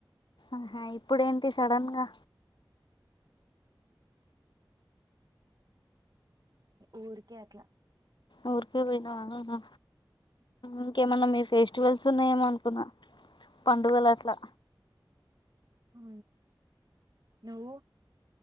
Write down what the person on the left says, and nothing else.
ఆహా ఇప్పుడేంటి సడన్ గా
ఊరికే పోయినవా ఇంకేమైనా మీ ఫెస్టివల్ సునే ఏమనుకున్న పండుగలు అట్లా